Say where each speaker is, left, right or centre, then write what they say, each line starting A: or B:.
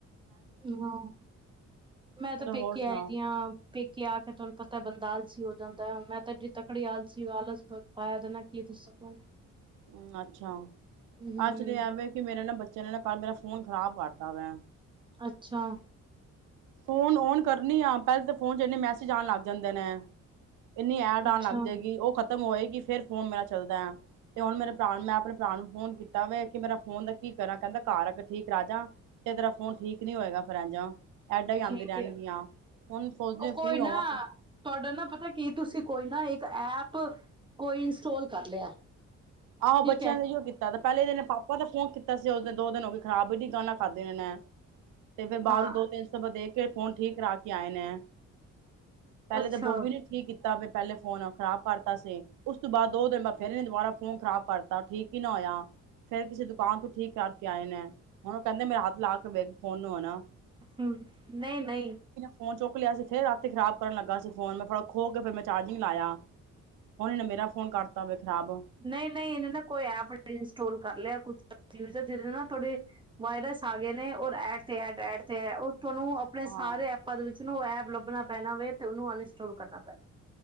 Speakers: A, on the right (about 15°); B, on the right (about 80°).
A: ਹੂੰ ਮੈਂ ਤਾਂ
B: ਚਲੋ
A: ਪੇਕੇ
B: ਹੋਰ ਸੁਣਾਓ
A: ਆਈਆਂ ਹਾਂ ਪੇਕੇ ਆ ਕੇ ਤੁਹਾਨੂੰ ਪਤਾ ਬੰਦਾ ਆਲਸੀ ਜਾਂਦਾ ਮੈਂ ਤਾਂ ਜ ਤਕੜੀ ਆਲਸੀ ਆਲਸ ਪਾਇਆ ਦੇਦਾ ਕੀ ਦੱਸਾ ਤੁਹਾਨੂੰ
B: ਹੂੰ, ਅੱਛਾ
A: ਹੂੰ
B: ਅੱਜ ਤੇ ਐਵੇ ਕਿ ਮੇਰਾ ਨਾ ਬੱਚ ਚ ਇਹਨਾਂ ਕਰ ਮੇਰਾ ਫੋਨ ਖ਼ਰਾਬ ਕਰਤਾ ਵੈਂ
A: ਅੱਛਾ
B: ਫੋਨ ਓਨ ਕਰਨੀ ਆ ਪਹਿਲ ਤਾਂ ਫੋਨ ਚ ਇਨੇ ਮੈਸੇਜ ਆਉਣ ਲੱਗ ਜਾਂਦੇ ਨੇ ਇੰਨੀ ਐ ਡਣ
A: ਅੱਛਾ
B: ਲੱਗ ਜਾਏਗੀ ਉਹ ਖ਼ਤਮ ਹੋਏਗੀ ਫਿਰ ਫੋਨ ਮੇਰਾ ਚੱਲਦਾ ਆ ਤੇ ਹੁਣ ਮੇਰੇ ਭਰਾ ਨੂੰ ਮੈਂ ਆਪਣੇ ਭਰਾ ਨੂੰ ਫੋਨ ਕੀਤਾ ਕਿ ਮੇਰਾ ਫੋਨ ਦਾ ਕੀ ਕਰਾਂ ਕਹਿੰਦਾ ਘਰ ਆ ਠੀਕ ਰਜਾ ਤੇ ਤੇਰਾ ਫੋਨ ਠੀਕ ਨੀ ਹੋਏਗਾ ਫਿਰ ਇੰਝ ਐਡਾਂ ਹੀ ਆਉਂਦੀ
A: ਠੀਕ
B: ਰਹਿਣਗੀਆਂ
A: ਹੈ
B: ਹੁਣ ਸੋਚਦੇ
A: ਉਹ
B: ਫ੍ਰਰੀ
A: ਕੋਈ
B: ਹੋਵਾਂ
A: ਨਾ ਤੁਹਾਡਾ ਨਾ ਪਤਾ ਕੀ ਤੁਸੀਂ ਕੋਈ ਨਾ ਇੱਕ ਐਪ ਕੋਈ ਇੰਸਟੋਲ ਕਰ ਲਿਆ।
B: ਆਹੋ ਬੱਚਿਆਂ
A: ਠੀਕ ਹੈ
B: ਨੇ ਇਓ ਕੀਤਾ ਦਾ, ਪਹਿਲੇ ਇਹਦ ਨੇ ਪਾਪਾ ਦਾ ਫੋਨ ਕੀਤਾ। ਅਸੀਂ ਉਸ ਦਿਨ ਦੋ ਦਿਨ ਹੋ ਗਏ ਖ਼ਰਾਬ ਇਹਨੀ ਗਾਲਾ ਖਾਧੀ ਇਹਨੇ। ਤੇ ਫਿਰ ਬਾਹਰੋਂ
A: ਹਾਂ
B: ਦੋ ਤਿੰਨ ਸੌ ਪ ਦੇ ਕੇ ਫੋਨ ਠੀਕ ਕਰਾ ਕੇ ਆਏ ਨੇ। ਪਹਿਲੇ
A: ਅੱਛਾ
B: ਤੇ ਬੋਵੀ ਨੀ ਠੀਕ ਕੀ ਤਾਂ। ਪਹਿਲੇ ਫੋਨ ਖਰਾਬ ਕਰਤਾ ਸੀ ਉਸ ਤੋਂ ਬਾਅਦ ਦੋ ਦਿਨ ਬਾਅਦ ਫਿਰ ਇਹਨੇ ਦੁਬਾਰਾ ਫੋਨ ਖਰਾਬ ਕਰਤਾ, ਠੀਕ ਹੀ ਨਾ ਹੋਇਆ ਫੇਰ ਕਿਸੇ ਦੁਕਾਨ ਤੋਂ ਠੀਕ ਕਰਕੇ ਆਏ ਨੇ, ਹੁਣ ਕਹਿੰਦੇ ਮੇਰਾ ਹੱਥ ਲਾ ਕੇ ਵੇਖ ਫੋਨ ਨੂੰ ਹੁਣ।
A: ਹ ਨਹੀਂ ਨਹੀਂ।
B: ਫੋਨ ਚੁੱਕ ਲਿਆ ਸੀ, ਫਿਰ ਰਾਤੀ ਖ਼ਰਾਬ ਕਰਨ ਲੱਗਾ ਸੀ ਫੋਨ ਮੈਂ ਫੜ ਖੋ ਕੇ ਫਿਰ ਮੈਂ ਚਾਰਜਿੰਗ ਲਾਇਆ। ਹੁਣ ਇਹਨੇ ਮੇਰਾ ਫੋਨ ਕਰਤਾ ਖਰਾਬ।
A: ਨਹੀਂ ਨਹੀਂ ਇਹਨੇ ਨਾ ਕੋਈ ਐਪ ਇੰਸਟੋਲ ਕਰ ਲਿਆ ਕੁਛ ਯੂਜ਼ਰ ਜਿਹਦੇ ਨਾ ਥੋੜੇ ਵਾਇਰਸ ਆ ਗਏ ਨੇ ਔਰ ਐਡ ਤੇ ਐਡ ਐਡ ਤੇ ਤੁਹਾਨੂੰ ਆਪਣੇ
B: ਹਾਂ
A: ਸਾਰੇ ਐਪਾਂ ਦੇ ਵਿੱਚ ਉਸਨੂੰ ਐਪ ਲੱਭਣਾ ਪੈਣਾ ਵੇ ਤੇ ਉਹਨੂੰ ਅਨਇੰਸਟੋਾਲ ਕਰਨਾ ਪੈਣਾ।